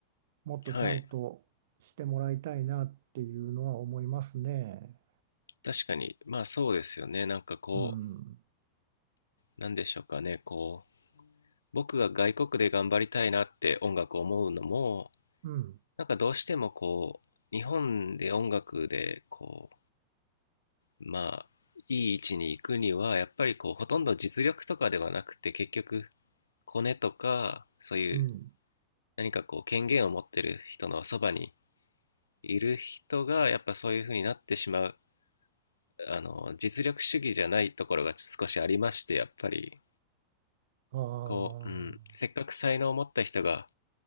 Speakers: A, on the right; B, on the left.
A: もっとちゃんとしてもらいたいなっていうのは思いますね。
B: はい。確かに、まあそうですよね。なんかこ
A: うん、
B: う、なんでしょうかね。こう、僕が外国で頑張りたいなって音楽を思うのも、
A: うん、
B: なんかどうしてもこう、日本で音楽で、こう、まあ、いい位置に行くには、やっぱりこう、ほとんど実力とかではなくて、結局、コネとか、そういう
A: うん。
B: 何かこう、権限を持ってる人のそばにいる人が、やっぱそういう風になってしまうあの、実力主義じゃないところが少しありまして、やっぱり、
A: ああ、
B: こう、うん、せっかく才能を持った人が